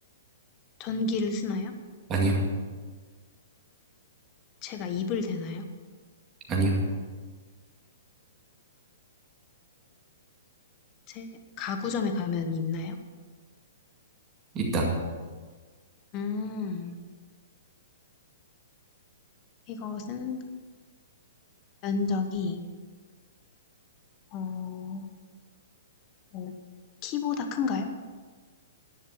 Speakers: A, on the left; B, on the right.
A: 전기를 쓰나요?
B: 아니요,
A: 제가 이불 되나요?
B: 아니요.
A: 제 가구점에 가면 있나요?
B: 있다.
A: 음, 이것은 면적이, 어, 뭐, 키보다 큰가요?